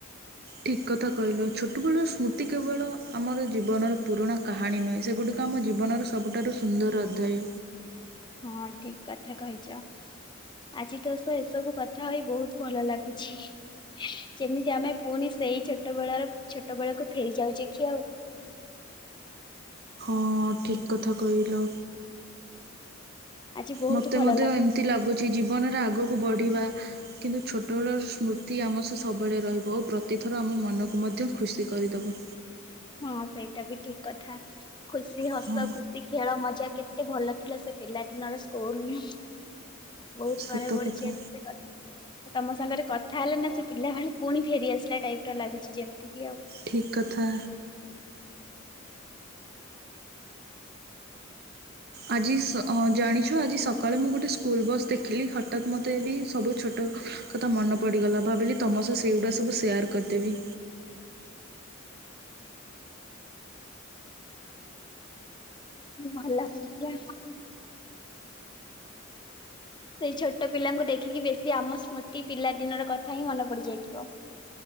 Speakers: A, on the right; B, on the left.
A: ଠିକ୍ କଥା କହିଲ। ଛୋଟବେଳ ସ୍ମୃତି କେବଳ ଆମର ଜୀବନର ପୁରୁଣା କାହାଣୀ ନୁହେଁ ସେଗୁଡଡିକ ଆମ ଜୀବନର ସବୁଠାରୁ ସୁନ୍ଦର ଅଧ୍ୟାୟ।
B: ହଁ ଠିକ୍ କଥା କହିଛ। ଆଜି ତ ସ ଏସବୁ କଥା ହୋଇ ବହୁତ ଭଲ ଲାଗୁଛି। ଯେମିତି ଆମେ ପୁଣି ସେଇ ଛୋଟ ବେଳର ଛୋଟ ବେଳକୁ ଫେରି ଯାଉଛେ କି ଆଉ।
A: ହଁ ଠିକ୍ କଥା କହିଲ।
B: ଆଜି ବହୁତ
A: ମୋତେ
B: ଭଲ
A: ମଧ୍ୟ ଏମତି ଲାଗୁଛି ଜୀବନରେ ଆଗକୁ ବଢିବା। କିନ୍ତୁ ଛୋଟବେଳର ସ୍ମୃତି ଆମ ସହ ସବୁବେଳେ ରହିବ ଓ ପ୍ରତିଥର ଆମ ମନକୁ ମଧ୍ୟ ଖୁସି କରିଦେବ।
B: ହଁ ସେଇଟା ବି ଠିକ୍ କଥା। ଖୁସି ହସ
A: ହଁ
B: ଖୁସି ଖେଳ ମଜା। ପୂଜା କେତେ ଭଲ ଥିଲା ସେ ପିଲା ଦିନର ସ୍କୁଲ। ବହୁତ
A: ସତ
B: ମନେ ପଡୁଚି
A: କଥା
B: ଆଜି ସେ କଥା। ତମ ସାଙ୍ଗରେ କଥା ହେଲେ ନା ସେ ପିଲାବେଳେ ପୁଣି ଫେରିଆସିଲା ଟାଇପ୍ ର ଲାଗୁଛି ଯେମିତିକି ଆଉ।
A: ଠିକ୍ କଥା। ଆଜି ସ ଅ-ଜାଣିଛ ଆଜି ସକାଳେ ମୁଁ ଗୋଟେ ସ୍କୁଲ ବସ୍ ଦେଖିଲି ହଠାତ୍ ମୋତେ ବି ଏ ସବୁ ଛୋଟ କଥା ମନେ ପଡିଗଲା ଭାବିଲି ତମ ସହ ସେଇଗୁଡା ସବୁ ସେୟାର କରିଦେବି
B: ମଲା ଯା ସେଇ ଛୋଟ ପିଲାଙ୍କୁ ଦେଖିକି ବେଶୀ ଆମ ସ୍ମୃତି ପିଲା ଦିନର କଥା ହିଁ ମନେ ପଡି ଯାଇଥିବ